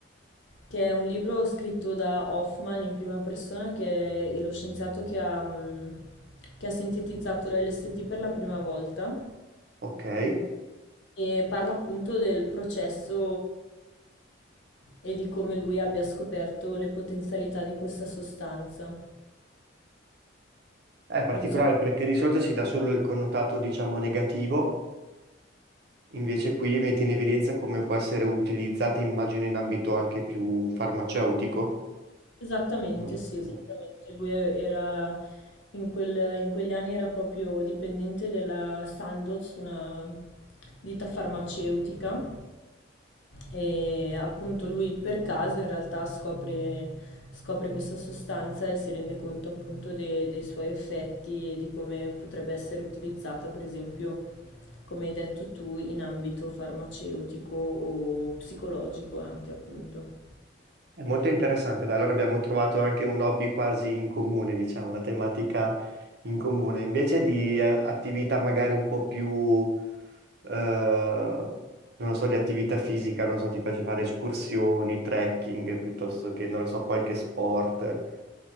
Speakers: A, on the left (about 65°); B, on the right (about 55°).
A: che è un libro scritto da Hoffman in prima persona, che è lo scienziato che ha, mh, che ha sintetizzato l'LSD per la prima volta
B: Ok. Eh,
A: e parla appunto del processo e di come lui abbia scoperto le potenzialità di questa sostanza.
B: È particolare
A: Non so.
B: perché di solito si dà solo il connotato, diciamo, negativo, invece qui metti in evidenza come può essere utilizzata, immagino, in ambito anche più farmaceutico.
A: Esattamente,
B: Mm.
A: sì, esattamente.
B: Mm.
A: Lui e era in quel- in quegli anni era proprio dipendente della Sandoz, una ditta farmaceutica e appunto lui per caso in realtà scopre, scopre questa sostanza e si rende conto appunto de- dei suoi effetti e di come potrebbe essere utilizzata, per esempio, come hai detto tu, in ambito farmaceutico o psicologico anche appunto.
B: È molto interessante, dai, allora abbiamo trovato anche un hobby quasi in comune, diciamo, una tematica in comune, invece di eh, attività magari un po' più, eh, non lo so, di attività fisica, non so, ti piace fare escursioni, trekking, piuttosto che, non lo so, qualche sport.